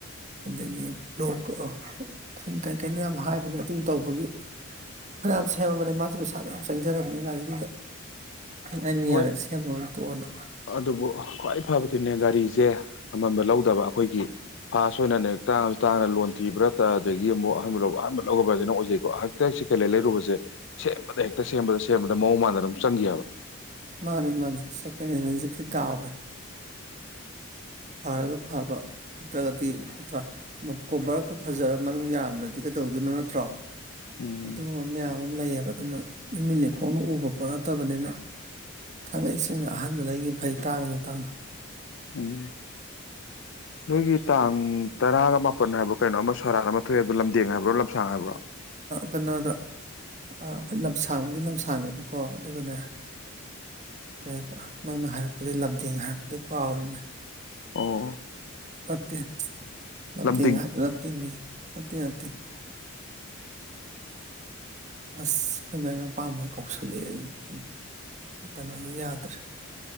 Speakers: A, on the right; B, on the left.
A: ꯑꯗꯒꯤ ꯂ꯭ꯂꯣꯛ ꯈꯨꯡ ꯀꯥꯏ ꯀꯅꯦ ꯍꯥꯏꯥꯏꯕ ꯇꯧꯕꯒꯤ ꯐꯅꯌꯥꯝ ꯁꯦꯝꯃꯕꯅꯤ ꯃꯥꯁꯨꯦ ꯄꯩꯁꯥ ꯃꯌꯥꯝ ꯆꯪꯖꯔꯕꯅꯦ ꯒꯥꯔꯤꯗꯨꯗ ꯑꯩꯅ
B: ꯍꯣꯏ
A: ꯌꯥꯔꯦ ꯁꯦꯝꯃꯨꯔꯅꯨ ꯇꯣꯛꯑꯣꯅ
B: ꯑꯗꯨꯕꯨ ꯈ꯭ꯋꯥꯏ ꯐꯕꯗꯨꯅꯦ ꯒꯥꯔꯤꯁꯦ ꯑꯃꯝꯕ ꯂꯧꯗꯕ ꯑꯩꯈꯣꯏꯒꯤ ꯐꯥꯁ ꯑꯣꯏꯅꯅꯦ ꯇꯥꯡꯁꯨ ꯇꯥꯡꯅ ꯂꯣꯟ ꯊꯤꯕ꯭ꯔꯥ ꯇ ꯑꯗꯒꯤ ꯌꯦ ꯑꯃꯨꯛ ꯑꯍꯥꯟꯕ ꯑꯍꯥꯟꯕ ꯂꯧꯁꯤꯅ ꯑꯣꯏꯖꯩꯀꯣ ꯍꯦꯛꯇ ꯍꯦꯛ ꯆꯦꯀꯦꯂ ꯂꯩꯔꯨꯕꯁꯦ ꯁꯦꯝꯕꯗ ꯍꯦꯛꯇ ꯁꯦꯝꯕꯗ ꯁꯦꯝꯕꯗ ꯃꯑꯣꯡ ꯃꯥꯟꯗ ꯑꯗꯨꯝ ꯆꯪꯈꯤꯑꯕ
A: ꯃꯥꯅꯤ ꯃꯥꯅꯤ ꯁꯀꯦꯟ ꯍꯦꯟ ꯑꯦꯖꯤꯤꯗꯋꯦ ꯐꯔꯒ ꯐꯕ ꯅꯠꯇ꯭ꯔꯒꯗꯤ ꯅꯠꯇ꯭ꯔꯥ ꯀꯣꯕꯔ ꯈ ꯐꯖꯔ ꯃꯅꯨꯡ ꯌꯥꯝꯔꯝꯗ꯭ꯔꯗꯤ ꯀꯩꯗꯧꯗꯣꯏꯅꯣ ꯅꯠꯇ꯭ꯔꯣ
B: ꯎꯝ
A: ꯑꯗꯨꯒꯨꯝꯕ ꯃꯌꯥꯝ ꯑꯃ ꯂꯩꯌꯦꯕ ꯑꯗꯨꯅ ꯏꯃꯤꯜ ꯂꯩꯈꯣꯡꯅ ꯎꯕ ꯄꯣꯠ ꯅꯠꯇꯕꯅꯤꯅ ꯊꯥꯡꯉꯩ ꯁꯦꯡꯅ ꯑꯍꯥꯟꯕ ꯂꯩꯉ ꯐꯩ ꯇꯥꯡꯉꯅ ꯇꯥꯡꯅ
B: ꯎꯝ ꯅꯣꯏꯒꯤ ꯇꯥꯡ ꯇꯔꯥꯒ ꯃꯥꯄꯟ ꯍꯥꯏꯕ꯭ꯔꯣ ꯀꯩꯅꯣ ꯑꯃ ꯁꯣꯔꯥꯥꯟ ꯑꯃ ꯊꯣꯛꯑꯦꯕꯗꯣ ꯂꯝꯗꯦꯡ ꯍꯥꯏꯕ꯭ꯔꯣ ꯂꯝꯁꯥꯡ ꯍꯥꯏꯕ꯭ꯔꯣ
A: ꯀꯩꯅꯣꯗ ꯑꯩꯣꯏ ꯂꯝꯁꯥꯡꯕꯨꯗꯤ ꯂꯝꯁꯥꯡꯅꯦꯕꯀꯣ ꯑꯗꯨꯒꯅꯦ ꯀꯩ ꯅꯪꯅ ꯍꯥꯏꯔꯛꯄꯗ ꯂꯝꯗꯦꯡ ꯍꯥꯏꯔꯛꯄꯗꯤ ꯀꯥꯎꯔꯅꯦ
B: ꯑꯣ
A: ꯃꯇꯠꯇ ꯅꯝ
B: ꯂꯝꯗꯤꯡ
A: ꯊ ꯍꯥ ꯊꯅꯤ ꯑꯠꯇ ꯅꯠꯇꯦ ꯑꯁ ꯑꯩꯈꯣꯏ ꯃꯥꯏ ꯃꯥꯏꯄꯥꯝꯕꯩ ꯀꯧꯁꯤꯜꯂꯛꯑꯦ ꯑꯩꯁ ꯀꯩꯅꯣꯗꯤ ꯌꯥꯗ꯭ꯔꯦ